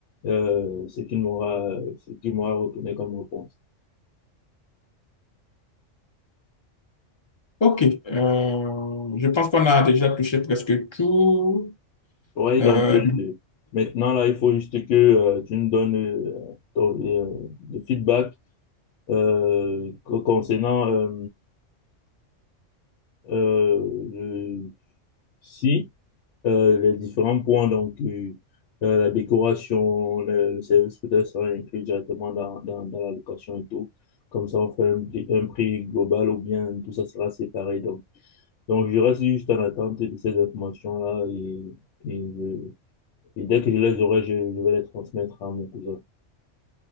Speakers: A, on the left; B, on the left.
A: euh, ce qu'il m'aura ce qu'il m'aura retourné comme réponse.
B: Ok, euh, je pense qu'on a déjà touché presque tout.
A: Oui,
B: Euh,
A: donc euh, maintenant là, il faut juste que euh, tu nous donnes euh, ton- euh, le feedback euh, co- concernant euh, euh, Si, euh, les différents points, donc euh, euh, la décoration, le, le service peut-être sera inclus directement dans, dans, dans la location et tout. Comme ça, on fait un, prix- un prix global ou bien tout ça sera séparé. Donc, donc je reste juste en attente de ces informations-là et, et, je- et dès que je les aurai, je, je vais les transmettre à mon cousin.